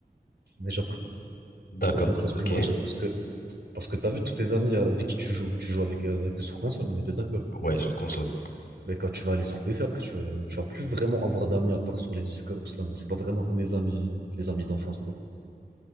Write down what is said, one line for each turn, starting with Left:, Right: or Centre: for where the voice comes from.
Right: Déjà, pr-
Left: D'accord,
Right: ça, c'est une chose
Left: ok.
Right: primordiale parce que Parce que t'as vu tous tes amis euh, avec qui tu joues, tu joues avec, avec eux sur console, on est bien d'accord.
Left: Ouais, sur console.
Right: Mais quand tu vas aller sur PC, après, tu, vas- tu vas plus vraiment avoir d'amis à part sur les Discord, tout ça. Mais c'est pas vraiment comme les amis, les amis d'enfance, quoi.